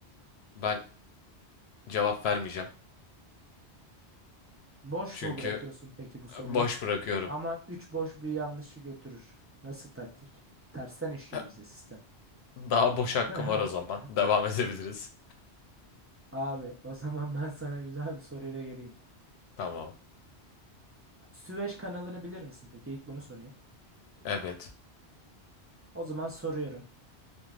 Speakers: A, on the left (about 70°); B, on the right (about 15°).
A: Ben cevap vermeyeceğim.
B: Boş
A: Çünkü
B: mu bırakıyorsun peki bu soruyu?
A: e, boş bırakıyorum.
B: Ama 3 boş bir yanlışı götürür. Nasıl taktik? Tersten işliyor
A: <laughs>
B: bize sistem.
A: Daha boş hakkım
B: <laughs>
A: var o zaman. <laughs> Devam edebiliriz.
B: Abi o zaman ben sana güzel bir soruyla geleyim.
A: Tamam.
B: Süveyş kanalını bilir misin peki? İlk bunu sorayım.
A: Evet.
B: O zaman soruyorum.